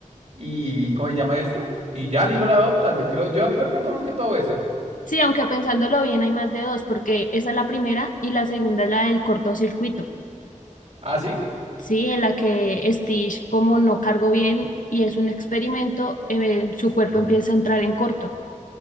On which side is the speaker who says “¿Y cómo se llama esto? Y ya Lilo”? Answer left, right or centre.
Right